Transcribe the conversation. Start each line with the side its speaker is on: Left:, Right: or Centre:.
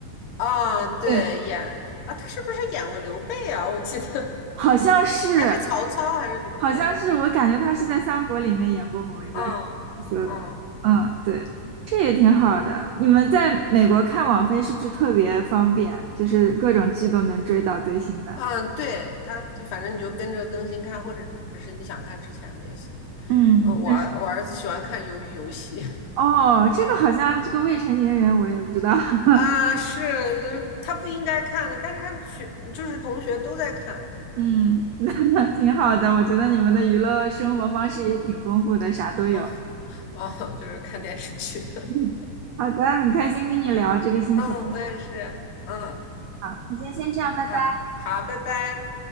Left: 啊，
Right: <laughs>
Left: 对，
Right: 对，
Left: 演啊，他是不是演过刘备啊？我记得
Right: 好像是，
Left: <laughs> 还是曹操还是刘备？
Right: 好像是，我感觉他是在《三国》里面演过某一个角色的，
Left: 嗯嗯
Right: 嗯，对，这也挺好的。你们在美国看网飞是不是特别方便？就是各种剧都能追到最新的。
Left: 嗯，对他，他反正你就跟着更新看，或者是你想看之前的也行。
Right: 嗯，
Left: 嗯，我儿我儿子喜欢看《鱿鱼游戏》
Right: 那是哦，这个好像这个未成年人我也不知道。<laughs>
Left: <laughs> 啊，是他不应该看的，但是他们学就是同学都在看
Right: 嗯，<laughs> 那挺好的，我觉得你们的娱乐生活方式也挺丰富的，啥都有。
Left: 啊哦，就是看电视剧。<laughs>
Right: 嗯好的，很开心跟你聊这个心情
Left: 嗯，我也是。嗯，
Right: 爱好，那今天先这样，拜拜。
Left: 那好，好，拜拜。